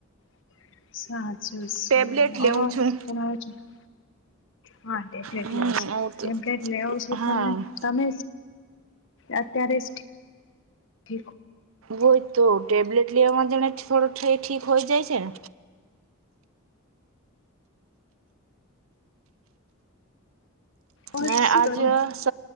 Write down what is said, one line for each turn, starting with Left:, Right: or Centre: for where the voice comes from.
Left: <inaudible>
Right: ટેબ્લેટ લેવું છું
Left: હા ટેબલેટ
Right: હમ
Left: લો છો ટેબલેટ લેવ છો
Right: હા
Left: તમે તમે અત્યારે જ
Right: હોય તો ટેબ્લેટ લેવામાં જણે થોડો એ ઠીક હોય જાય છે ને
Left: ઓર
Right: ને
Left: શું
Right: આજ
Left: કરો?
Right: સ